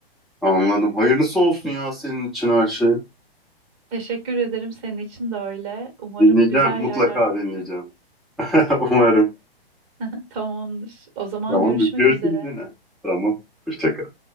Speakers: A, in the centre; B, on the right.
A: Anladım. Hayırlısı olsun ya senin için her şey.
B: Teşekkür ederim. Senin için de öyle. Umarım
A: Dinleyeceğim.
B: güzel
A: Mutlaka
B: yerlerde oluruz.
A: dinleyeceğim. <laughs> Umarım.
B: <laughs> Tamamdır. O zaman
A: Tamam.
B: görüşmek
A: Görüşürüz
B: üzere.
A: yine. Tamam. Hoşça kal.